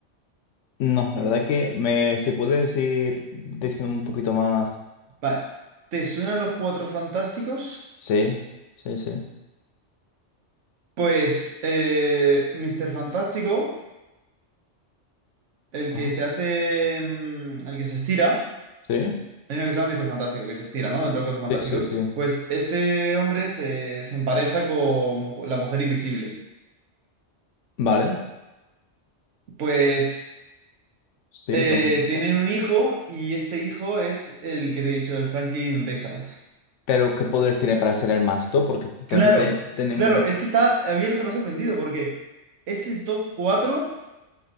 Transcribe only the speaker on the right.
Vale. ¿Te suenan los Cuatro Fantásticos?
Pues eh, Mr. Fantástico, el
que se hace, mm, el que se estira,
hay uno que se llama Mr. Fantástico, que se estira, ¿no? Dentro de los Cuatro
Fantásticos.
Pues este hombre se, se empareja con mu- la mujer invisible.
Pues...
Eh,
tienen un hijo y este hijo es el que te he dicho, el Franklin Richards.
Claro,
claro, es que está, a mí es lo que me ha sorprendido porque es el top 4